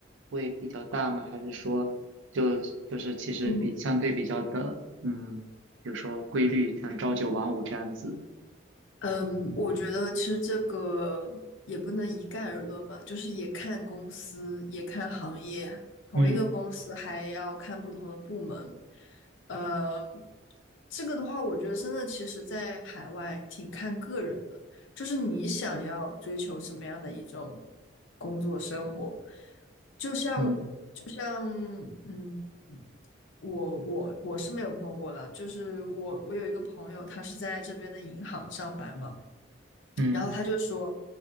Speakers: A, on the right (about 80°); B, on the left (about 80°).
A: 会比较大吗？还是说就就是其实比相对比较的，
B: 嗯。
A: 嗯，比如说规律，像朝九晚五这样子？
B: 嗯，我觉得其实这个也不能一概而论嘛，就是也看公司，也看行业，同一个公司还要看不同的部门。
A: 嗯
B: 呃，这个的话，我觉得真的其实在海外挺看个人的，就是你想要追求什么样的一种工作生活。就像
A: 嗯
B: 就像嗯，我我我是没有碰过了，就是我我有一个朋友，他是在这边的银行上班嘛，
A: 嗯。
B: 然后他就说，